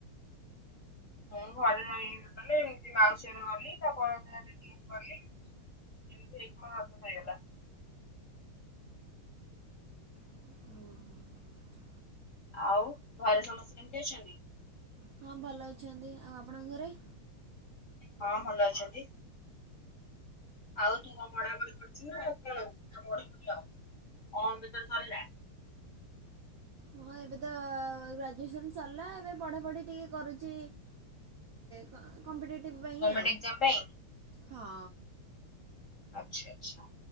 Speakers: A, on the left (about 55°); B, on the right (about 70°).
A: ମୁଁ ଘରେ ରହି ଗଲେ ଏମିତି ମାଉସୀଆରେ ଗଲି ତା ପରଦିନ <unintelligible> ଗଲି ଏମିତି ହେଇକି କଁ ଅଧା ଖାଇଗଲା।
B: ଓହୋ।
A: ଆଉ ଘରେ ସମସ୍ତେ କେମତି ଅଛନ୍ତି।
B: ହଁ ଭଲ ଅଛନ୍ତି ଆଉ ଆପଣଙ୍କ ଘରେ।
A: ହଁ, ଭଲ ଅଛନ୍ତି। ଆଉ ତୁ କଁ ପଢା ପଢି କରୁଚୁ ନା କଣ ନା ପଢିବୁନି ଆଉ ଓ ଆ ଭିତରେ ସରିଲା।
B: ହଁ, ଏବେ ତ ଗ୍ରାଜୁଏସନ୍ ସରିଲା। ଏବେ ପଢ଼ାପଢ଼ି ଟିକେ କରୁଛି। କ କମ୍ପିଟେଟିଭ୍ ପାଇଁ
A: ଗମେଣ୍ଟ
B: ଆଉ
A: ଏକ୍ଜାମ ପାଇଁ
B: ହଁ।
A: ଆଚ୍ଛା-ଆଚ୍ଛା